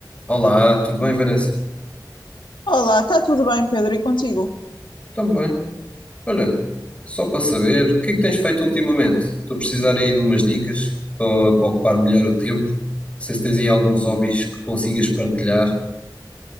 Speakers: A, on the left (about 20°); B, on the left (about 80°).
A: Olá, tudo bem, Vanessa?
B: Olá, está tudo bem, Pedro? E contigo?
A: Também. Olha, só para saber, o que é que tens feito ultimamente? Estou a precisar aí de umas dicas para, para ocupar melhor o tempo. Não sei se tens aí alguns hobbies que consigas partilhar.